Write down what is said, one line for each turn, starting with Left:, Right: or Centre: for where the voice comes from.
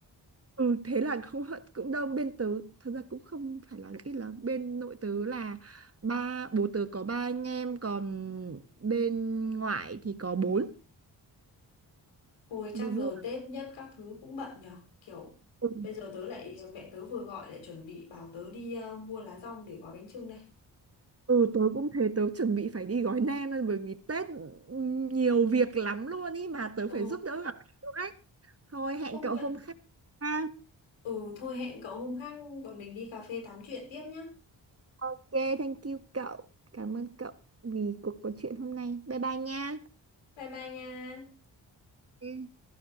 Right: ừ thế là không hận cũng đông bên tớ thật ra cũng không phải là ít là bên nội tớ là ba bố tớ có ba anh em còn bên ngoại thì có bốn
Left: thôi chắc
Right: bốn
Left: giờ
Right: người
Left: Tết nhất các thứ cũng bận nhở kiểu
Right: Ừ.
Left: bây giờ tớ lại mẹ tớ vừa gọi lại chuẩn bị bảo tớ đi ờ, mua lá dong để gói bánh chưng đây
Right: Ừ tớ cũng thế tớ chuẩn bị phải đi gói nem thôi bởi vì Tết nhiều việc lắm luôn ý mà tớ
Left: ờ
Right: phải giúp đỡ gặp <laughs> cậu đấy. Thôi hẹn
Left: công
Right: cậu
Left: nhận
Right: hôm khác. ha.
Left: Ừ thôi hẹn cậu hôm khác bọn mình đi cà phê tám chuyện tiếp nhá.
Right: Ok, thank you cậu. Cảm ơn cậu vì cuộc trò chuyện hôm nay. Bye bye nha.
Left: Bye bye nha.
Right: Ừ.